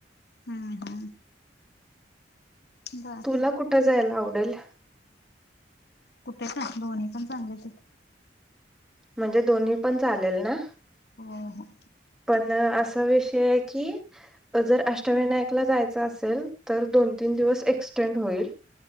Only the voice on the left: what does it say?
हम्म, हम बर
कुठे का दोन्ही पण चांगल्या
हो, हो